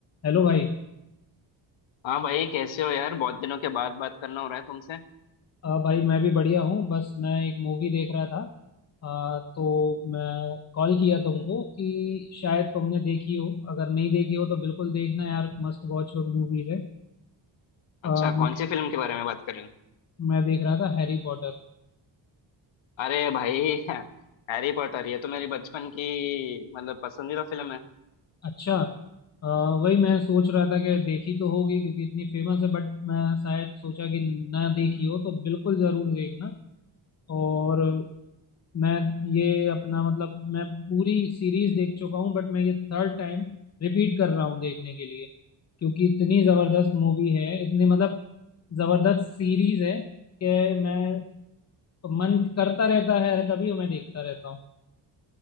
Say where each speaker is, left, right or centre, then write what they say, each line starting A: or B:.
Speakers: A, on the left; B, on the left.
A: Hello भाई
B: हाँ भाई कैसे हो यार बहुत दिनों के बाद बात करना हो रहा है तुमसे
A: अ, भाई मैं भी बढ़िया हूँ बस मैं एक मूवी देख रहा था अ, तो मैं कॉल किया तुमको कि शायद तुमने देखी हो अगर नहीं देखी हो तो बिल्कुल देखना यार मस्ट वॉच मूवीज है अ,
B: अच्छा
A: मैं
B: कौन सी फिल्म के बारे में बात कर रहे हो
A: मैं देख रहा था हैरी पॉटर
B: अरे भाई हैरी पॉटर ये तो मेरी बचपन की मतलब पसंदीदा फिल्म है
A: अच्छा अ, वही मैं सोच रहा था कि देखी तो होगी क्योंकि इतनी फेमस है बट मैं शायद सोचा कि ना देखी हो तो बिल्कुल ज़रूर देखना और मैं ये अपना मतलब मैं पूरी सीरीज देख चुका हूँ बट मैं ये थर्ड टाइम रिपीट कर रहा हूँ देखने के लिए क्योंकि इतनी जबरदस्त मूवी है इतनी मतलब जबरदस्त सीरीज है कि मैं मन करता रहता है और कभी मैं देखता रहता हूँ